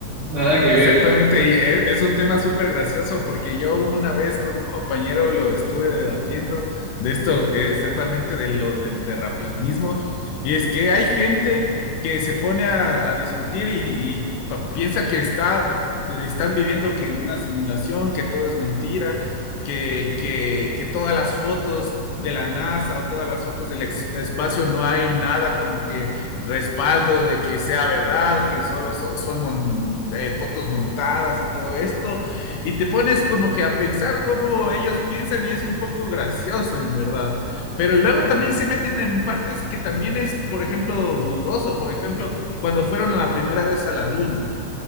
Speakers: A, on the right; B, on the left.
A: Nada que
B: Exactamente,
A: ver.
B: y e- es, un tema súper gracioso porque yo una vez con un compañero lo estuve debatiendo de esto, eh, exactamente de lo del terraplanismo, y es que hay gente que se pone a, a discutir y, y pa- piensa que está, están viviendo que en una simulación, que todo es mentira, que, que, que todas las fotos de la NASA o todas las fotos del ex- espacio no hay nada como que respaldo de que sea verdad, que solo so, son mon, eh, fotos montadas y todo esto, y te pones como que a pensar cómo ellos piensan y es un poco gracioso en verdad, pero y luego también se meten en partes que también es, por ejemplo, dudoso, por ejemplo, cuando fueron la primera vez a la luna.